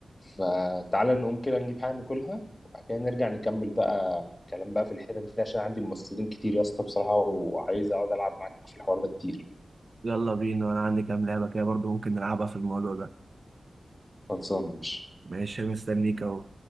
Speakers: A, on the left (about 15°); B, on the right (about 40°).
A: فتعالى نقوم كده نجيب حاجة ناكلها وبعد كده نرجع نكمل بقى كلام بقى في الحتت دي عشان عندي ممثلين كتير يا اسطى بصراحة وعايز اقعد العب معاك في الحوار ده كتير
B: يلا بينا أنا عندي كام لعبة كده برضو ممكن نلعبها في الموضوع ده
A: خلصانة يا باشا
B: ماشي مستنيك أهو